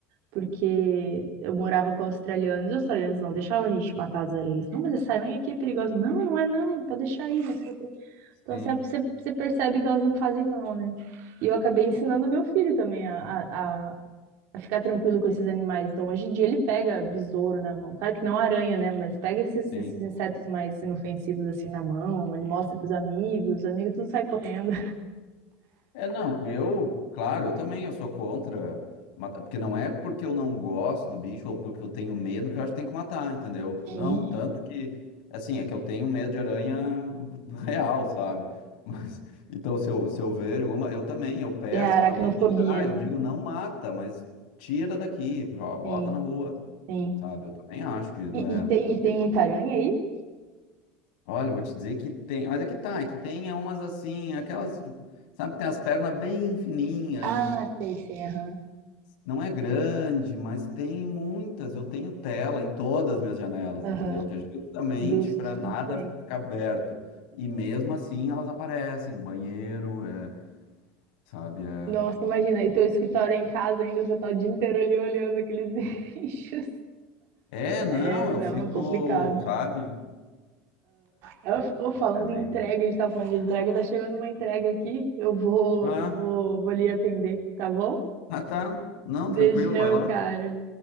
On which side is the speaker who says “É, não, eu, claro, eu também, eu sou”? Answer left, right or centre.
Left